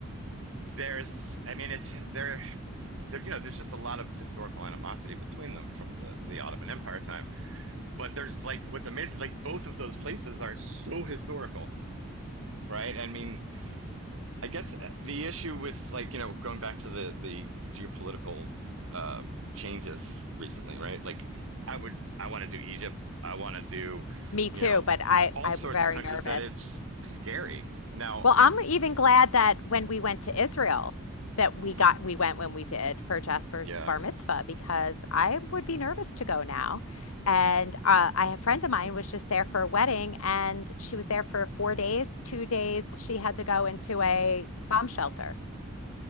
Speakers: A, on the right; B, on the left.
A: there's I mean it's there there you know there's just a lot of historical animosity between them from the the Ottoman Empire time. But there's like what's amazing like both of those places are so historical, right? I mean, I guess uh, the issue with like, you know, going back to the the geopolitical um, changes recently, right? Like, I would, I want to do Egypt. I want to do,
B: Me
A: you
B: too,
A: know,
B: but I
A: all
B: I'm
A: sorts
B: very
A: of countries
B: nervous.
A: that it's scary. Now
B: Well,
A: it's,
B: I'm even glad that when we went to Israel, that we
A: hmm
B: got we went when we did for Jasper's
A: yeah.
B: bar mitzvah because I would be nervous to go now. And uh, I a friend of mine was just there for a wedding, and she was there for four days. Two days she had to go into a bomb shelter,